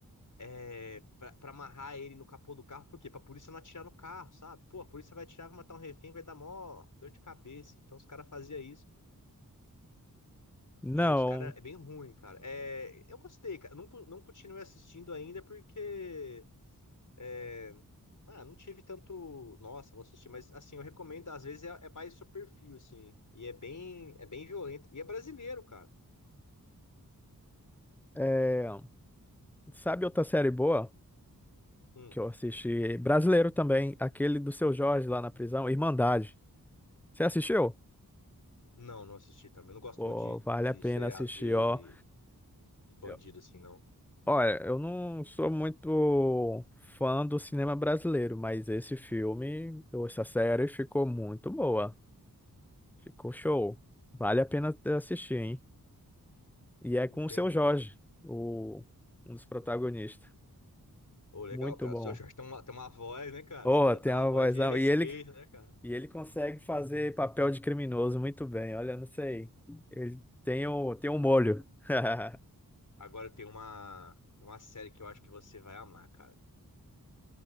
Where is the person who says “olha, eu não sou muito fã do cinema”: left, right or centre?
Centre